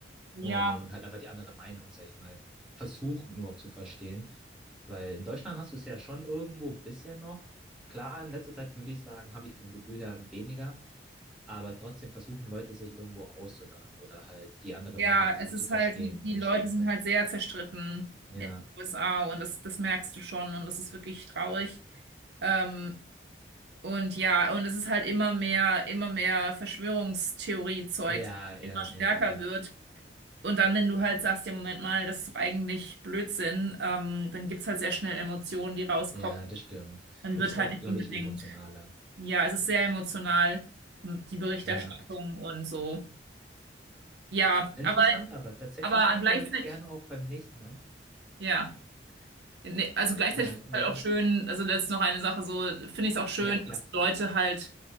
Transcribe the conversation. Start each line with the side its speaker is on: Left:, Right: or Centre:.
Right: Ja,
Centre: und halt einfach die andere Meinung, sag ich mal, versuchen überhaupt zu verstehen. Weil in Deutschland hast du es ja schon irgendwo ein bisschen noch. Klar, in letzter Zeit würde ich sagen, habe ich vom Gefühl her weniger. Aber trotzdem versuchen Leute, sich irgendwo auszuhören oder halt die andere
Right: Ja,
Centre: Meinung versuchen
Right: es ist
Centre: zu verstehen
Right: halt, die, die
Centre: und den
Right: Leute
Centre: Standpunkt.
Right: sind halt sehr zerstritten
Centre: Ja,
Right: in den USA und das, das merkst du schon und das ist wirklich traurig. Ähm, und ja, und es ist halt immer mehr, immer mehr Verschwörungstheorie-Zeug,
Centre: ja, ja,
Right: immer stärker
Centre: ja, ja.
Right: wird. Und dann, wenn du halt sagst, ja, Moment mal, das ist doch eigentlich Blödsinn, ähm, dann gibt's halt sehr schnell Emotionen, die rauskommen.
Centre: Ja, das stimmt.
Right: Dann
Centre: Das
Right: wird
Centre: ist
Right: halt
Centre: auch,
Right: nicht
Centre: glaube
Right: unbedingt,
Centre: ich, emotionaler.
Right: ja, es ist sehr emotional, m- die Berichterstattung
Centre: Ja,
Right: und so. Ja,
Centre: interessant,
Right: aber,
Centre: aber tatsächlich
Right: aber
Centre: können
Right: gleichzeitig,
Centre: wir gerne auch beim nächsten Mal.
Right: ja. Nee, also gleichzeitig
Centre: Ja,
Right: finde
Centre: wollten.
Right: ich halt auch schön, also das ist noch eine Sache so, finde ich es auch schön,
Centre: Ja, klar.
Right: dass die Leute halt,